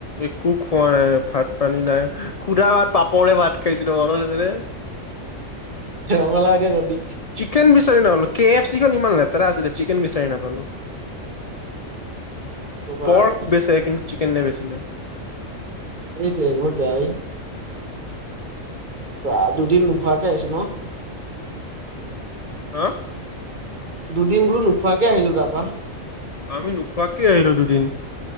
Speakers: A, on the left; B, on the right.
A: একো খোৱা নাই ভাত পানী নাই। খুধা ভাত পাপৰে ভাত খাইছিলোঁ মনত আছেনে?
B: ৰঙালাও এতিয়া জলদি
A: চিকেন বিচাৰি নাপালোঁ। কে এফ চিখন ইমান লেতেৰা আছিলে, চিকেন বিচাৰি নাপালোঁ।
B: কবা
A: পৰ্ক
B: আৰু
A: বেচে কিন্তু চিকেন নেবেচিলে।
B: সেইটোৱে বহুত বেয়া কৈ বা দুদিন নোখোৱাকে আহিছোঁ ন'?
A: হা?
B: দুদিন বোলো নোখোৱাকে আহিলোঁ তাৰপা।
A: আমি নোখোৱাকে আহিলোঁ দুদিন।